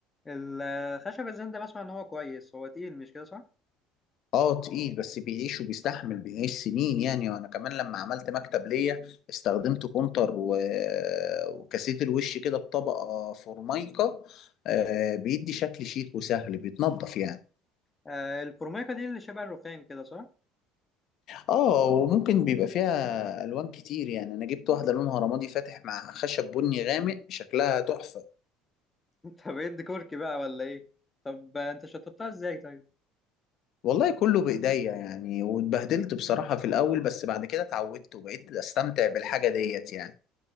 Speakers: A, on the left; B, on the left.
A: الخشب الزند ده بسمع ان هو كويس هو تقيل مش كده صح
B: اه تقيل بس بيعيش وبيستحمل بيعيش سنين يعني وانا كمان لما عملت مكتب ليا استخدمت كونتر و... وكاسيت الوش كده بطبقة فورمايكا آه بيدي شكل شيك وسهل بيتنضف يعني
A: آه الفورميكا دي اللي شبه الرخام كده صح
B: اه وممكن بيبقى فيها الوان كتير يعني انا جبت واحدة لونها رمادي فاتح مع خشب بني غامق شكلها تحفة
A: <laughs> انت بقيت ديكوركي بقى ولا ايه طب آه، انت شطبتها ازاي طيب
B: والله كله بايديا يعني واتبهدلت بصراحة في الاول بس بعد كده اتعودت وبقيت استمتع بالحاجة ديت يعني